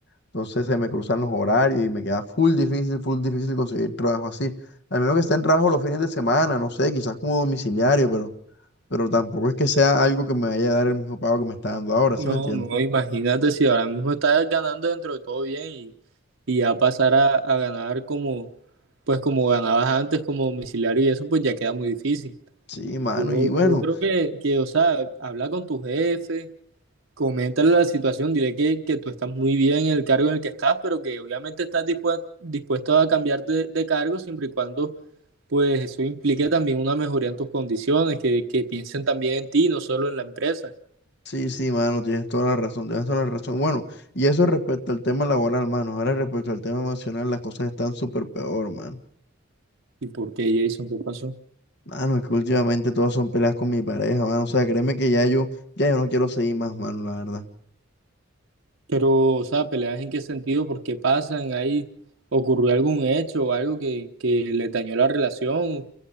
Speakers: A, on the left; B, on the right.
A: Entonces se me cruzan los horarios y me queda full difícil, full difícil conseguir trabajo así. Al menos que esté en trabajo los fines de semana, no sé, quizás como domiciliario, pero, pero tampoco es que sea algo que me vaya a dar el mismo pago que me está dando ahora, ¿sí
B: No,
A: me entiendes?
B: no, imagínate si ahora mismo estás ganando dentro de todo bien y, y ya pasar a, a ganar como, pues como ganabas antes como domiciliario y eso, pues ya queda muy difícil.
A: Sí, mano,
B: Yo,
A: y bueno.
B: yo creo que, que, o sea, habla con tu jefe, coméntale la situación, dile que, que tú estás muy bien en el cargo en el que estás, pero que obviamente estás dispue- dispuesto a cambiar de, de cargo siempre y cuando pues eso implique también una mejoría en tus condiciones, que, que piensen también en ti, no solo en la empresa.
A: Sí, sí, mano, tienes toda la razón, tienes toda la razón. Bueno, y eso respecto al tema laboral, mano. Ahora respecto al tema emocional, las cosas están súper peor, mano.
B: ¿Y por qué, Jason? ¿Qué pasó?
A: Mano, es que últimamente todas son peleas con mi pareja, mano. O sea, créeme que ya yo, ya yo no quiero seguir más, mano, la verdad.
B: Pero, o sea, peleas en qué sentido, por qué pasan, ahí ocurrió algún hecho o algo que, que le dañó la relación